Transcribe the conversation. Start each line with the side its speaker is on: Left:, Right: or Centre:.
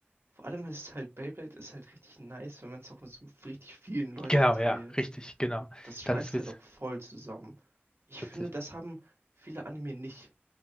Right: vor allem ist halt, Beyblade ist halt richtig nice, wenn man es auch mit so richtig vielen Leuten
Left: Genau,
Right: teilt.
Left: ja, richtig, genau.
Right: Das schweißt
Left: Dann ist witz,
Right: halt auch voll zusammen. Ich
Left: witzig.
Right: finde, das haben viele Anime nicht.